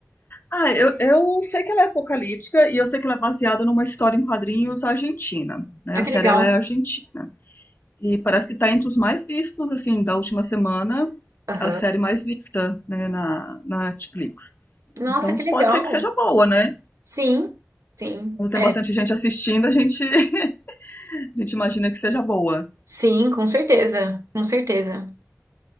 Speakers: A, on the left; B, on the right.
A: Ah, eu, eu sei que ela é apocalíptica e eu sei que ela é baseada numa história em quadrinhos argentina, né?
B: Ah,
A: A
B: que
A: série
B: legal.
A: ela é argentina. E parece que está entre os mais vistos, assim, da última semana,
B: Aham.
A: a série mais vista, né, na, na Netflix.
B: Nossa,
A: Então
B: que
A: pode
B: legal.
A: ser que seja boa, né?
B: Sim, sim,
A: Como tem
B: é.
A: bastante gente assistindo, a gente, <laughs> a gente imagina que seja boa.
B: Sim, com certeza, com certeza.